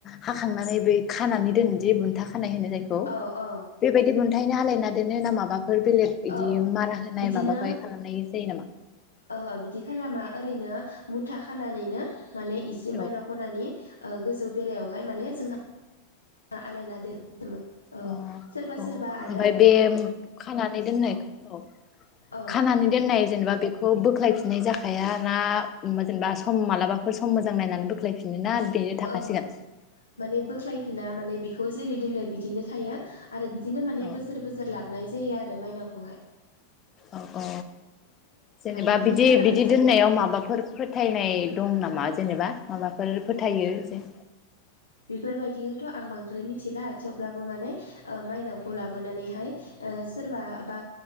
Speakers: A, on the left; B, on the left.
A: हाखांनानै बै खानानै दोनो दि‌ बुनथा खानाय होनो जायखौ
B: औ औ
A: बेबायदि बुंनथा खायनो हालायना देनो ना माबा फोर बेलेग बिदि
B: औ
A: मारा होनाय
B: बिदिनो
A: माबाय खालामनाय जायो नामा?
B: ओहो बिदि खालामा ओरैनो मुथा खानानैनो माने इसे माइनाव
A: औ
B: खनानि ओ गोजौ बेरायावहाय माने जोंहा आलायना दोन औ
A: अ
B: सोरबा
A: ओमफ्राय
B: सोरबा आरो
A: बे खानानै दोननायखौ औ
B: औ
A: खानानानै दोननाय जेनेबा बेखौ बे खौ बोख्लायफिननाय जाखाया ना‌ जेनेबा सम मालाबाफोर सम मोजां नायनानै बोख्लायफिननो ना बेनो थाखासिगोन
B: ओहो माने बोख्लाय ना माने बिखौ जेरै दोनो बिदिनो थायो आरो बिदिनो माने
A: औ
B: बोसोर बोसोर लाब नाय जायो आरो मायनावखौहाय
A: औ औ जेनेबा
B: माबायदि
A: बिदि
B: खालामनाय
A: बिदि
B: जायो
A: दोननायाव माबाफोर फोथायनाय दं नामा जेनेबा माबा फोर फोथायो जे
B: बिफोरबायदिखौथ' आं बांद्राय मिथिला थेवब्लाबो माने ओ मायनावखौ लाबोनानैहाय ओ सोरबा बा